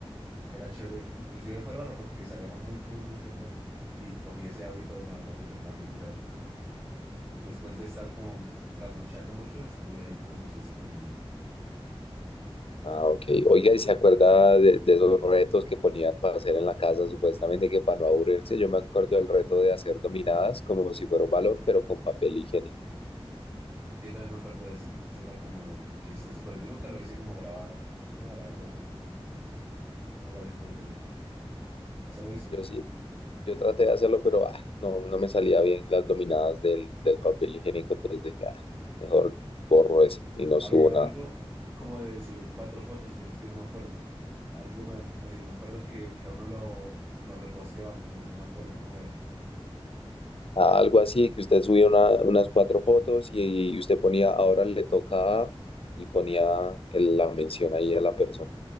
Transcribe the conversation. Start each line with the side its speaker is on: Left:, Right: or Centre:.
Right: era chévere, inclusive fue raro porque salíamos muy, muy, muy temprano y cogí ese hábito de levantarme temprano en esa época. Después de estar como trasnochando mucho, estuve ahí como juicioso caminando.
Left: Ah, ok. Oiga, ¿y se acuerda de, de esos retos que ponían para hacer en la casa, supuestamente que para no aburrirse? Yo me acuerdo del reto de hacer dominadas como si fuera un balón, pero con papel higiénico.
Right: Yo también me acuerdo de ese. Ese era como chistoso, pero yo nunca lo hice como grabado. No, la verdad no. No me pareció entretenido. ¿Usted lo hizo?
Left: Yo sí, yo traté de hacerlo, pero ah, no, no me salía bien las dominadas del, del papel higiénico, entonces dije, ah, mejor borro eso y no
Right: Había
Left: subo nada.
Right: algo como de subir cuatro fotos, pero es que no me acuerdo. Algo me- medio me acuerdo que, que a uno lo, lo reposteaban, pero no me acuerdo cómo era.
Left: Ah, algo así, que usted subía una- unas cuatro fotos y, y usted ponía, ahora le toca a", y ponía el- la mención ahí a la persona.